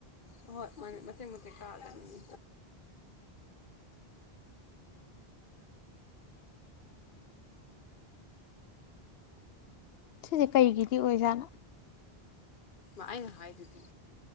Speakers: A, on the left; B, on the left.
A: ꯍꯣꯏ ꯃ ꯃꯊꯦ ꯃꯊꯦꯛ ꯀꯥꯂꯅꯤ
B: ꯁꯤꯁꯦ ꯀꯩꯒꯤꯗꯤ ꯑꯣꯏꯖꯥꯠꯅꯣ
A: ꯑꯩꯅ ꯍꯥꯏꯗꯨꯗꯤ